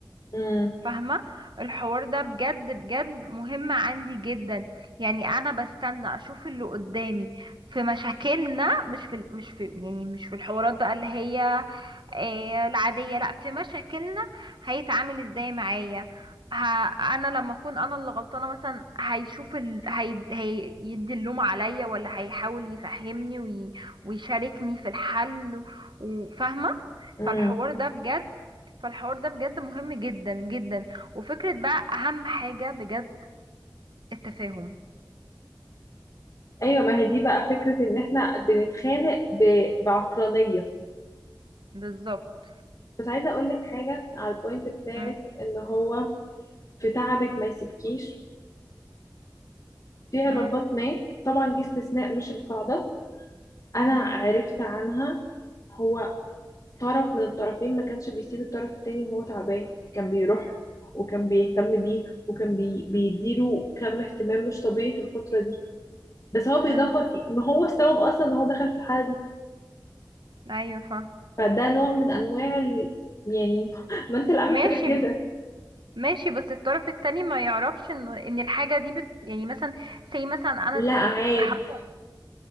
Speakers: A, on the left; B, on the right.
A: امم
B: فاهمة الحوار ده بجد بجد مهم عندي جدا يعني انا بستنى اشوف اللي قدامي في مشاكلنا مش في مش في يعني مش في الحوارات بقى اللي هي إيه العادية لا في مشاكلنا هيتعامل ازاي معايا ه... انا لما اكون انا اللي غلطانة مثلا هيشوف ال... هي... هيدي اللوم عليا ولا هيحاول يفهمني وي... ويشاركني في الحل و- وفاهمة
A: امم
B: فالحوار ده بجد فالحوار ده بجد مهم جدا جدا وفكرة بقى اهم حاجة بجد التفاهم
A: ايوه ما هي دي بقى فكرة ان احنا بنتخانق ب... بعقلانية
B: بالظبط
A: بس عايزة اقول لك حاجة على البوينت بتاعت
B: مم.
A: ان هو في تعبك ما يسيبكيش في علاقات
B: مم.
A: ما طبعا دي استثناء مش القاعدة انا
B: مم.
A: عرفت عنها هو طرف من الطرفين ما كانش بيسيب الطرف التاني وهو تعبان كان بيروح وكان بيهتم بيه وكان بي... بيديله كم اهتمام مش طبيعي في الفترة دي بس هو
B: مم.
A: بيدمر فيه ما هو السبب اصلا ان هو دخل في الحالة دي
B: ايوه فاهم
A: فده نوع من انواع ال... يعني <laughs> ما انت اللي عامل
B: ماشي
A: فيا كده
B: ماشي بس الطرف التاني ما يعرفش ان ان الحاجة دي بت... يعني مثلا سي مثلا انا
A: لا
B: د-
A: عارف
B: حط...